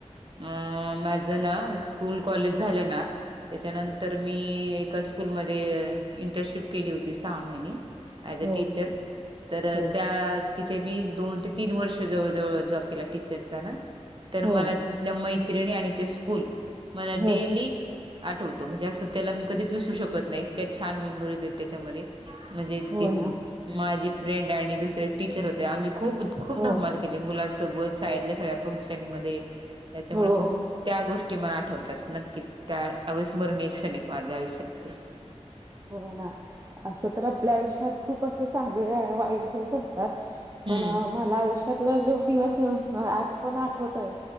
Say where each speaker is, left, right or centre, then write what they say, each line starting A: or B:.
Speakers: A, on the right; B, on the right.
A: अ माझना स्कूल कॉलेज झालना त्याच्यानंतर मी एका स्कूलमध्ये इंटरशिप केली होती सहा महिने ऍजअ
B: हो,
A: टीचर तर
B: हो,
A: त्या तिथे मी दोन ते तीन वर्ष जवळ जवळ जॉब केला टीचरचाना तर
B: हो,
A: मला तिथल्या मैत्रिणी आणि ते स्कूल मला
B: हो,
A: डेली आठवतो म्हणजे असं त्याला मी कधीच विसरू शकत नाही इतक्या छान मेंबरस आहेत त्याच्यामध्ये. म्हणजे
B: हो
A: तीच.
B: ना,
A: माझी फ्रेंड आणि दुसरे टीचर होते. आम्ही खूप खूप
B: हो,
A: धमाला केली. मुलांसोबत. शाळेतल्या सगळ्या फंक्शन मध्ये. त्याच्यामुळे
B: हो,
A: खूप त्या गोष्टी मला आठवतात. नक्कीच त्या अविस्मरणीय क्षण आहेत. माझ्या आयुष्यात ते.
B: हो ना असं तर आपल्या आयुष्यात खूप असे, चांगले वाईट दिवस अस तात.
A: हम्म
B: पण मला आयुष्यातला जो दिवस. आज पण आठवतय